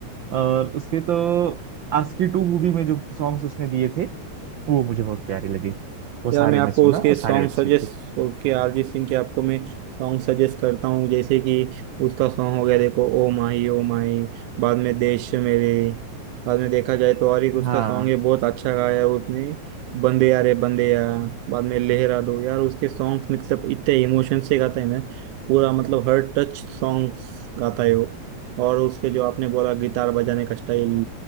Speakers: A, on the right (about 70°); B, on the right (about 90°).
A: और उसके तो आस्की टू मूवी में जो सॉन्ग्स उसने दिए थे वो मुझे बहुत प्यारे लगे वो सारे
B: यार मैं आपको
A: मैं सुना
B: उसके
A: और
B: सॉन्ग
A: सारे अच्छे
B: सजेस्ट
A: थे
B: उसके अरिजीत सिंह के आपको मैं सॉन्ग सजेस्ट करता हूँ जैसे कि उसका सॉन्ग हो गया देखो ओ माही ओ माही बाद में देश मेरे बाद में देखा जाए तो और एक उसका
A: हाँ
B: सॉन्ग है बहुत अच्छा गाया है उसने बंदे यार रे बंदे यार बाद में लहरा दो यार उसके सॉन्ग्स मतलब इतने इमोशन से गाता है ना पूरा मतलब हर टच सॉन्ग्स गाता है वो और उसके जो आपने बोला गिटार बजाने का स्टाइल